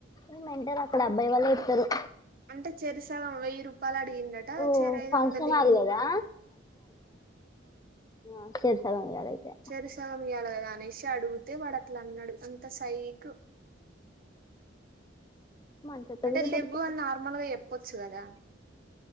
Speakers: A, on the left; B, on the right.
A: ఏమంటారు అక్కడ అబ్బాయి వాళ్ళే వచ్చారు
B: అంటే చెరిసగం వెయ్యి రూపాయలు అడిగిందా టా
A: ఓ
B: చెరి ఐదువందలు
A: ఫంక్షన్ హాల్
B: ఇయ్యి
A: కదా ఆ చేరి సగం కదా అయితే
B: చేరి సగం ఇయ్యాలి కదా అనేసి అడుగుతే వాడు అట్లా అన్నాడు అంత సైకు
A: మంచోడు
B: అంటే
A: ఎవరో
B: లెబ్బు
A: దొరికిండు
B: అని నార్మల్ గా చెప్పొచ్చు కదా